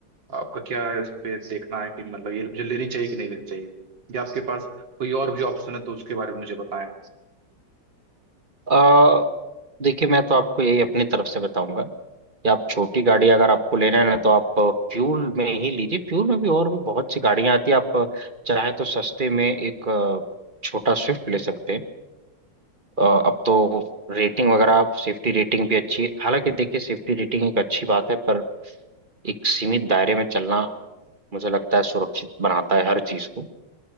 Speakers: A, on the right (about 80°); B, on the right (about 30°).
A: आपका क्या इस पे देखना है कि मतलब ये मुझे लेनी चाहिए कि नहीं लेनी चाहिए या आपके पास कोई और भी ऑप्शन है तो उसके बारे में मुझे बताएं
B: अ, देखिए मैं तो आपको यही अपनी तरफ से बताऊंगा कि आप छोटी गाड़ी अगर आपको लेना है ना तो आप फ्यूल में ही लीजिए फ्यूल में भी और भी बहुत सी गाड़ियां आती है आप चाहे तो सस्ते में एक अ, छोटा स्विफ्ट ले सकते हैं अ, अब तो रेटिंग वगैरह आप सेफ्टी रेटिंग भी अच्छी है हालांकि देखिए सेफ्टी रेटिंग एक अच्छी बात है पर एक सीमित दायरे में चलना मुझे लगता है सुरक्षित बनाता है हर चीज को